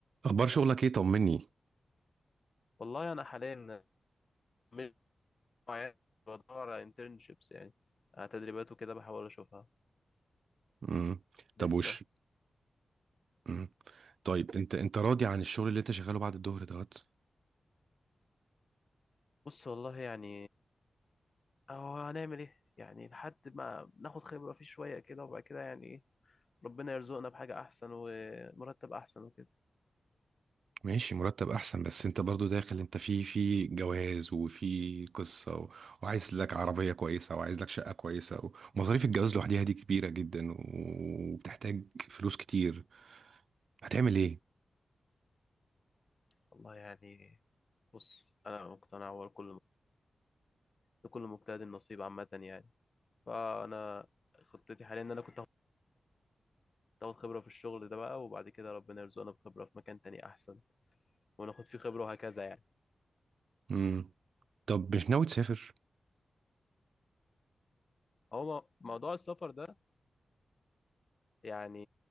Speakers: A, on the right; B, on the left.
A: اخبار شغلك ايه طمني
B: والله انا حاليا مش معايا- بدور على internships يعني على تدريبات وكده بحاول اشوفها
A: امم
B: لسه
A: طب وش امم طيب انت انت راضي عن الشغل اللي انت شغاله بعد الظهر دوت
B: بص والله يعني اهو هنعمل ايه يعني لحد ما ناخد خبرة فيه شوية كده وبعد كده يعني ايه ربنا يرزقنا بحاجة احسن ومرتب احسن وكده
A: ماشي مرتب احسن بس انت برضو داخل انت في في جواز وفي قصة و... وعايز لك عربية كويسة وعايز لك شقة كويسة و... ومصاريف الجواز لوحديها دي كبيرة جدا و- وبتحتاج فلوس كتير هتعمل ايه
B: والله يعني بص انا مقتنع هو كل لكل مجتهد النصيب عامة يعني فانا خطتي حاليا ان انا كنت اخد خبرة في الشغل ده بقى وبعد كده ربنا يرزقنا بخبرة في مكان تاني احسن وناخد فيه خبرة وهكذا يعني
A: امم طب مش ناوي تسافر
B: هو موضوع السفر ده يعني